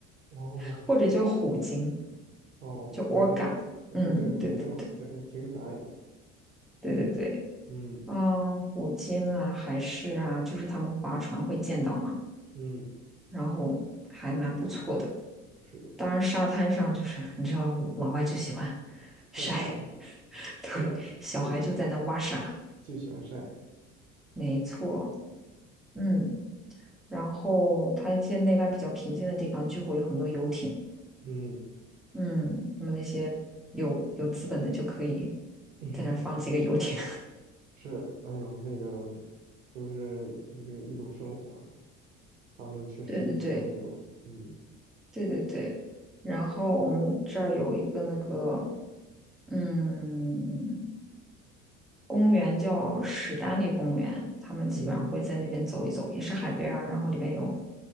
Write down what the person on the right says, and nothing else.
哦
哦，
虎鲸，那对虎鲸好，
对，还挺可爱的。
嗯
嗯，
是的，
晒太阳，
是的，
就喜欢就喜欢晒。
嗯，
<laughs>
是，哎呦，那个都是这个这个一种生活了他们确实挺喜欢这种。
嗯
嗯